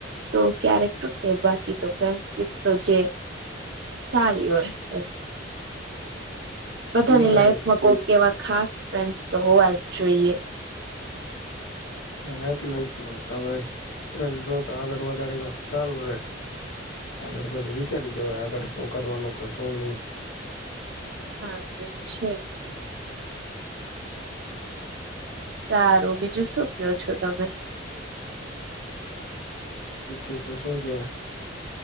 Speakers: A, on the right (about 65°); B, on the left (about 90°).
A: તો ક્યારેક તૂટે બાકી તો ફ્રેન્ડશિપ તો જે સારી હોય એ બધાની
B: હા
A: લાઈફમાં કોઈક એવા ખાસ ફ્રેન્ડસ તો હોવા જ જોઈએ
B: હા એટલે જ ને તમે ફ્રેન્ડ રહો તો આગળ વધારે ગ સારું રે આગળ પછી વિચારી જ આગળ શું કરવાનું કે શું નહી
A: હા એ છે સારું બીજું શું કયો છો તમે
B: બીજું તો શુ કેહ